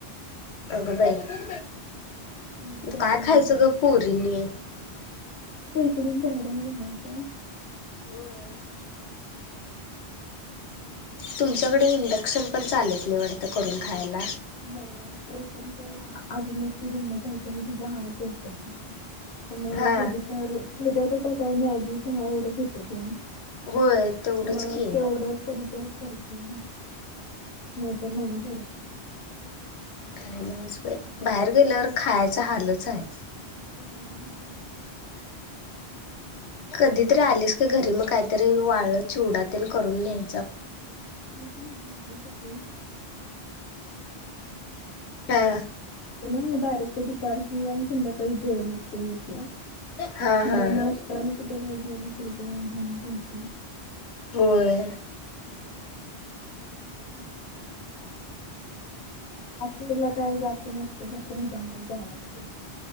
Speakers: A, on the left (about 85°); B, on the left (about 60°).
A: अगं आई
B: हम्म बदललेच
A: काय खायचं
B: आहे.
A: ग पोरीनी
B: तून बाहेरने जाण्याचं
A: होय तुमच्याकडे इंडक्शन पण चालत नाही वाटत करून खायला
B: नाही तरीपन आजून एकटी रूम मध्ये आहे कनी आणि तिचा हा मग
A: हा
B: कधी तर त्याच्यात आता काय मॅगीच हा एवढंच होते जेवण
A: होय तेवढंच
B: मग
A: की
B: तेवढंच कधी करतो नाही तर नाही कर
A: हॅलो बाहेर गेल्यावर खायचा हालच आहे
B: हा नाही
A: कधीतरी आलीस का घरी मग काहीतरी वाळ चिवडा तेन करून ने
B: तेच <inaudible> ना
A: हा
B: म डायरेक्ट दुपारची आणि संध्याकाळी जेवण असते मेस ला
A: हा हा
B: मग नाश्ता आणि कुठे रोज दोनशे रुपये देत
A: होय
B: <inaudible> एकदमला जावं लागते